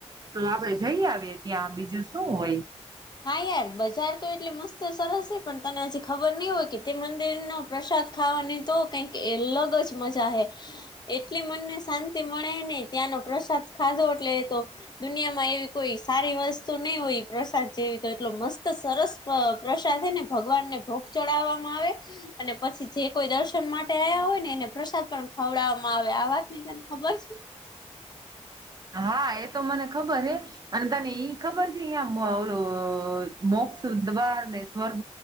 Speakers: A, on the right (about 35°); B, on the left (about 35°).
A: તો આપડે જઈ આવીએ ત્યાં બીજું શું હોય
B: હા યાર બજાર તો એટલે મસ્ત સરસ હે પણ તને હજી ખબર નહી હોય કે તે મંદિર નો પ્રસાદ ખાવાની તો કઈક અલગ જ મજા હે એટલી મનને શાંતિ મળે નહ ત્યાંનો પ્રસાદ ખાધો એટલે એ તો દુનિયામાં એવી કોઈ સારી વસ્તુ નહી હોય પ્રસાદ જેવી તો એટલો મસ્ત સરસ પ્રસાદ હે ને ભગવાન ને ભોગ ચડાવવામાં આવે અને પછી જે કોઈ દર્શન માટે આયા હોય ને એને પ્રસાદ પણ ખવડાવવામાં આવે આ વાત ની તને ખબર છે
A: <inaudible> હા એ તો મને ખબર હે અને તને એઈ ખબર છે અહં ઓું મોક્ષ દ્વાર ને સ્વર્ગ